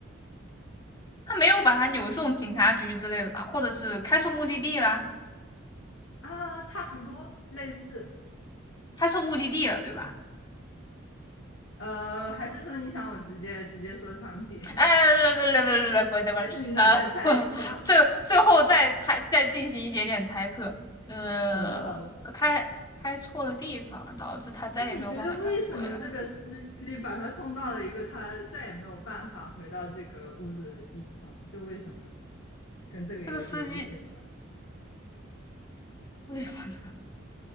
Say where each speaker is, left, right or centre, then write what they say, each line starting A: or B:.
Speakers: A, on the left; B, on the left.
A: 他没有把他扭送警察局之类的吧？或者是开错目的地啦，
B: 啊？差不多类似，
A: 开错目的地了，对吧？
B: 呃，还是说你想我直接直接说汤底吗？
A: 哎，来来来来来，过来过来啊，
B: 还是你想再猜一会儿？
A: 最最后再猜，再进行一点点猜测，呃，
B: <laughs> 好的，好的。
A: 开开错了地方，导致他再也没有办法再回来。
B: 就你觉得为什么这个司机把他送到了一个他再也没有办法回到这个屋子的地方？就为什么呢？跟这个有有一些关。
A: 这个司机为什么呢？